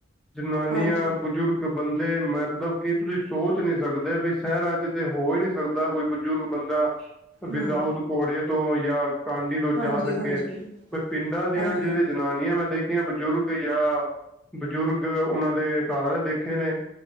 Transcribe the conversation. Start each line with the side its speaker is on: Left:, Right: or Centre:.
Centre: ਜਨਾਨੀਆਂ
Right: ਹਾਂਜੀ
Centre: ਬਜ਼ੁਰਗ ਕ ਬੰਦੇ ਮੈਤਲਬ ਕਿ ਤੁਸੀ ਸੋਚ ਨੀ ਸਕਦੇ ਬਈ ਸੈਰਾਂ ਚ ਤੇ ਹੋ ਈ ਨੀ ਸਕਦਾ ਕੋਈ ਬਜ਼ੁਰਗ ਬੰਦਾ ਵਿਦਊਟ
Right: ਹਮ
Centre: ਘੋੜੇ ਤੋਂ ਜਾਂ ਕਾਂਡੀ ਤੋ
Right: ਹਾਂਜੀ
Centre: ਜਾ ਸਕੇ,
Right: ਹਾਂਜੀ
Centre: ਬਏ ਪਿੰਡਾਂ ਦੀਆਂ
Right: ਹਾਂਜੀ
Centre: ਜੇੜੀ ਜਨਾਨੀਆਂ ਮੈਂ ਦੇਖ ਬਜ਼ੁਰਗ ਜਾਂ ਬਜ਼ੁਰਗ ਉਹਨਾਂ ਦੇ ਘਰ ਦੇਖੇ ਨੇ।